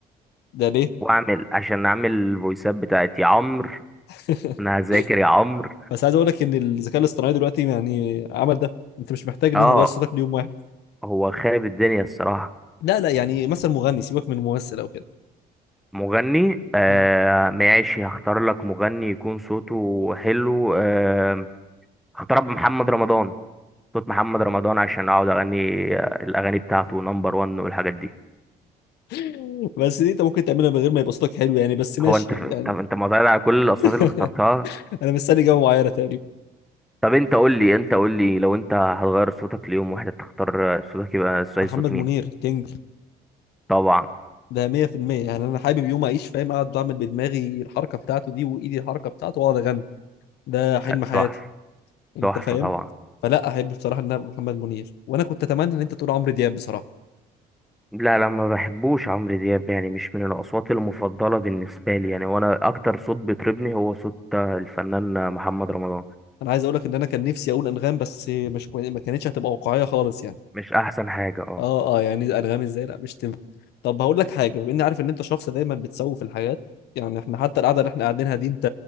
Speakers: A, on the left (about 80°); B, in the centre.
A: ده ليه
B: واعمل عشان اعمل الفويسات بتاعت يا عمرو
A: <laughs>
B: انا هذاكر يا عمرو
A: بس عايز اقول لك ان الذكاء الاصطناعي دلوقتي يعني عمل ده انت مش محتاج ان
B: اه
A: انت تغير صوتك ليوم واحد
B: هو خارب الدنيا الصراحه
A: لا لا يعني مثلا مغني سيبك من ممثل او كده
B: مغني آه
A: اه
B: ماشي هختار لك مغني يكون صوته حلو آه هختار محمد رمضان صوت محمد رمضان عشان اقعد اغني آه، الاغاني بتاعته نمبر 1 والحاجات دي
A: <laughs> بس دي انت ممكن تعملها من غير ما يبقى صوتك حلو يعني بس ماشي
B: هو انت
A: يعني
B: طب انت معترض على كل الاصوات
A: <laughs>
B: اللي اخترتها
A: انا مستني اجابه معينه تقريبا
B: طب انت قول لي انت قول لي لو انت هتغير صوتك ليوم واحد تختار صوتك يبقى زي
A: محمد
B: صوت مين
A: منير كينج
B: طبعا
A: ده 100% يعني انا حابب يوم اعيش فاهم اقعد اعمل بدماغي الحركه بتاعته دي وايدي الحركه بتاعته واقعد اغني ده حلم
B: آه،
A: حياتي
B: تحفه
A: انت
B: تحفه
A: فاهم
B: طبعا
A: فلا احب بصراحه ان أنا محمد منير وانا كنت اتمنى ان انت تقول عمرو دياب بصراحه
B: لا لا ما بحبوش عمرو دياب يعني مش من الاصوات المفضله بالنسبه لي يعني وانا اكتر صوت بيطربني هو صوت الفنان محمد رمضان
A: انا عايز اقول لك ان انا كان نفسي اقول انغام بس مش كوي- ما كانتش هتبقى واقعيه خالص يعني
B: مش احسن حاجه اه
A: اه اه يعني انغام ازاي لا مش تنفع طب هقول لك حاجه بما اني عارف ان انت شخص دايما بتسوف الحاجات يعني احنا حتى القعده اللي احنا قاعدينها دي انت